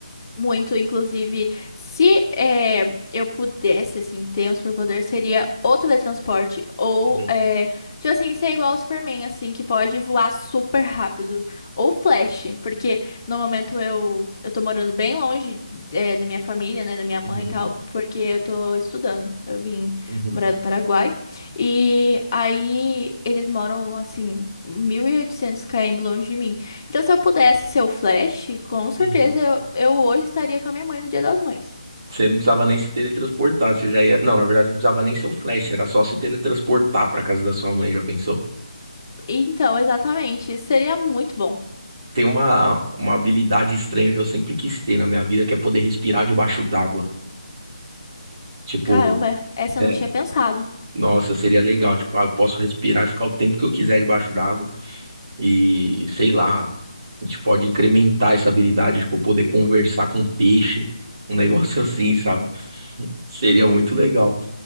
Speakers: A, on the left (about 35°); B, on the right (about 45°).
A: Muito, inclusive, se é, eu pudesse, assim, ter um superpoder, seria o teletransporte. Ou,
B: Uhum,
A: é, tipo assim, ser igual ao Superman, assim, que pode voar super rápido. Ou Flash, porque no momento eu, eu tô morando bem longe. é, é, da minha família, né, da minha mãe
B: uhum,
A: e tal, porque eu tô estudando. Eu vim
B: uhum,
A: morar no Paraguai. E aí eles moram, assim, 1.800 km longe de mim. Então, se eu pudesse ser o Flash, com certeza
B: uhum.
A: eu, eu hoje estaria com a minha mãe no Dia das Mães.
B: Você não precisava nem se teletransportar, você já ia. Não, na verdade, não precisava nem ser o Flash, era só se teletransportar pra casa da sua mãe, já pensou?
A: Então, exatamente, isso seria muito bom.
B: Tem uma, uma habilidade estranha que eu sempre quis ter na minha vida, que é poder respirar debaixo d'água. Tipo,
A: Caramba, essa
B: é,
A: eu não tinha pensado.
B: nossa, seria legal. Tipo, ah, eu posso respirar e ficar o tempo que eu quiser debaixo d'água. E sei lá, a gente pode incrementar essa habilidade, tipo, poder conversar com peixe, um negócio <laughs> assim, sabe? Seria muito legal.